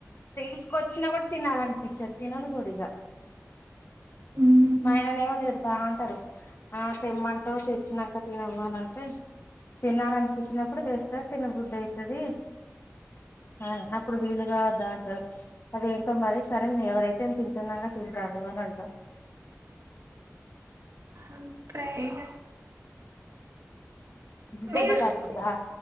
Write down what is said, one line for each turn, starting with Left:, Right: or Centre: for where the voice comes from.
Left: తీసుకొచ్చినా కూడా తినాలని పించదు తినను కూడా ఇక
Right: ఉమ్.
Left: మా ఆయన ఏమో ా అంటారు ఆ తేమంటావు తెచ్చినాక తినవు అని అంటే తినాలనిపంచి నప్పుడు న్నప్పుడు తెస్తారు తినబుద్ధి అయితాది ఆ అప్పుడు వీలుగా వద్దా అంట అద ఏంటో మరి సరే ఎవరైతే అ తింటున్నా కదా అదు అనంత
Right: అంతే ఇగ మీ
Left: దెబ్బ తాగిందా
Right: స్కూ